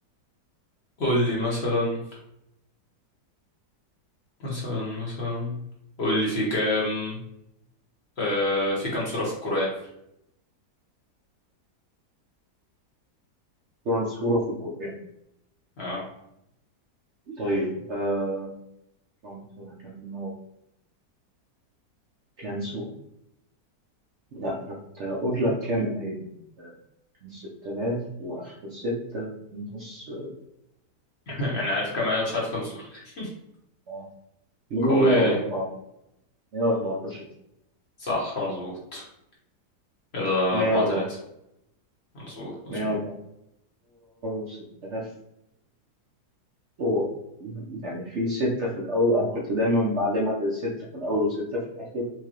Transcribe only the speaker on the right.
كم سورة في القرآن
طيب آه اللهم صل على النور كان سورة لا أنا كنت هقول لك كام آية كان ستة آلاف وآخر ستة ونص
آه، مية
وأربعة
مية وأربعتاشر
مية
وأربعة
مية وأربعة سورة ستة آلاف و- يعني في ستة في الأول أنا كنت دايما بعلمك الستة في الأول وستة في الآخر